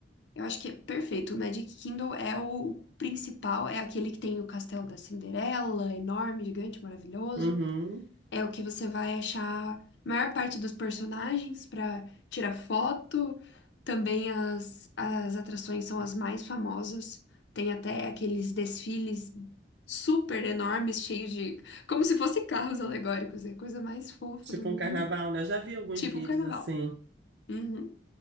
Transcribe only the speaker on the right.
Uhum.
Tipo
um carnaval, né? Eu já vi alguns
vídeos
assim.